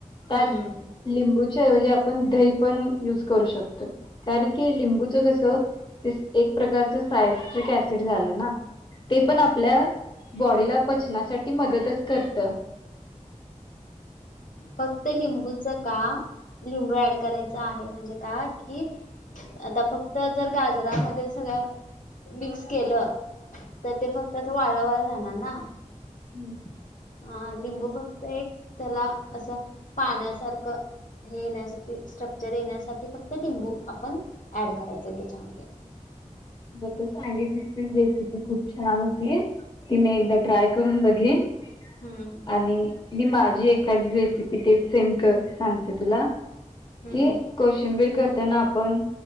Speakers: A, on the left; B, on the left.
A: त्यात
B: हम्म
A: लिंबूच्याऐवजी आपण, दही पण युज करू शकतोय. कारण की लिंबूच कस एक, प्रकारच सायस्ट्रिक ऍसिड झालं ना.
B: <unintelligible>
A: ते पण आपल्या बॉडीला पचनासाठी मदतच करतं.
B: फक्त लिंबूच का, लिंबू ऍड करायच आहे म्हणजे का कि, आता फक्त जर, गाजरामध्ये सगळं मिक्स केलं. तर ते फक्त, वाळं वाळ राहणार ना.
A: हम्म.
B: हा लिंबू फक्त, एक त्याला असं पाण्यासारखं. हे येण्यासाठी स्ट्रक्चर येण्यासाठी, फक्त लिंबू आपण ऍड करायचय तेच्यामध्ये.
A: जी तू सांगितलीस ती रेसिपी खूप छान होती, ती मी एकदा
B: हम्म
A: ट्राय करून बघेन.
B: हम्म
A: आणि, मी माझी एखादी रेसिपी ते, सेम कर सांगते तुला
B: हम्म
A: कि. कोशिंबीर करताना आपण